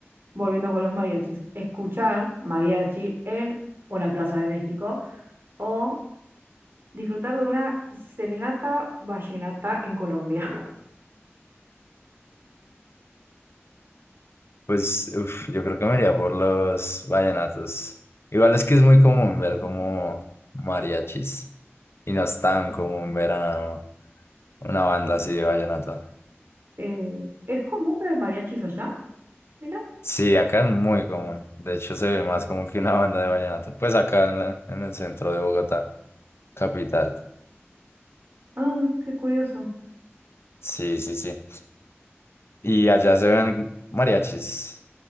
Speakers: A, on the right; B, on the left.
A: volviendo con los mariachis, ¿escuchar mariachi en una plaza de México o disfrutar de una serenata vallenata en Colombia?
B: Pues, uf, yo creo que me iría por los vallenatos. Igual es que es muy común ver como mariachis y no es tan común ver a una banda así de vallenato.
A: Eh, ¿es común ver mariachis allá? Mira.
B: Sí, acá es muy común. De hecho, se ve más como que una banda de vallenato. Pues acá en, la- en el centro de Bogotá, capital.
A: Ah, qué curioso.
B: Sí, sí, sí. Y allá se ven mariachis.